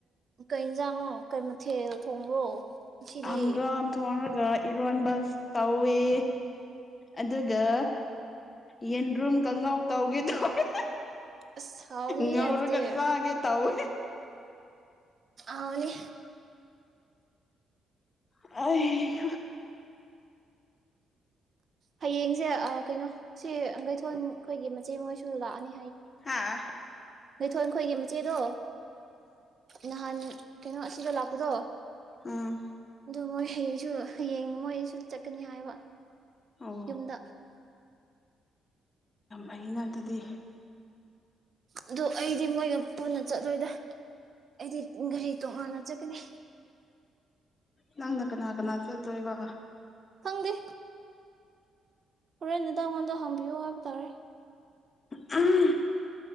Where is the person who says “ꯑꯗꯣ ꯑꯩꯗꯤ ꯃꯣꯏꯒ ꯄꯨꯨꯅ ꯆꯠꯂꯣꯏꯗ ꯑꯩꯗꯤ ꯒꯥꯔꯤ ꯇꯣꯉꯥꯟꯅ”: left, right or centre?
Right